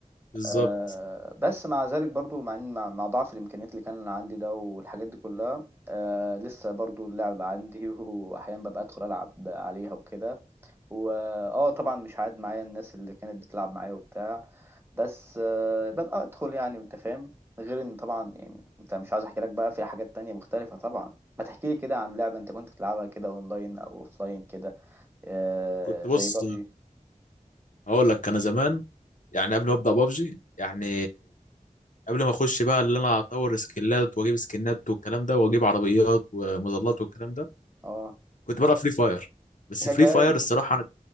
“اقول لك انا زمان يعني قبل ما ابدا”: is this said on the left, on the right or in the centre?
Left